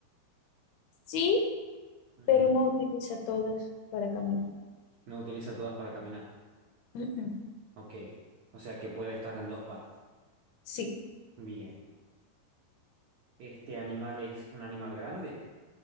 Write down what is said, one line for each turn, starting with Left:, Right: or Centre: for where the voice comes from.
Left: sí,
Right: Mm,
Left: pero no utiliza todas para caminar.
Right: No utiliza todas para caminar.
Left: Mm, mm.
Right: Ok, o sea que puede estar en dos patas.
Left: Sí,
Right: Bien. ¿Este animal es un animal grande?